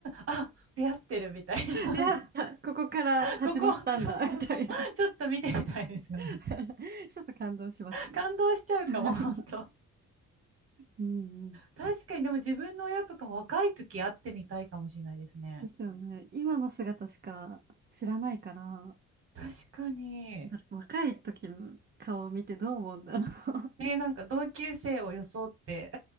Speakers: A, on the right; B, on the right.
A: あ、出会ってるみたいな。
B: 出会った、ここから始まったんだ、
A: <laughs> ここ、そうそうそう。
B: みたいな。
A: ちょっと見てみたいですよね。
B: <laughs> ちょっと感動しますね。
A: 感動しちゃうかも、
B: <laughs>
A: 本当。
B: うんうん。
A: 確かに、でも自分の親とかも若い時会ってみたいかもしれないですね。
B: ですよね。今の姿しか知らないから。
A: 確かに。
B: だ若い時の顔を見てどう思うんだろう。<laughs>
A: ね、なんか同級生を装って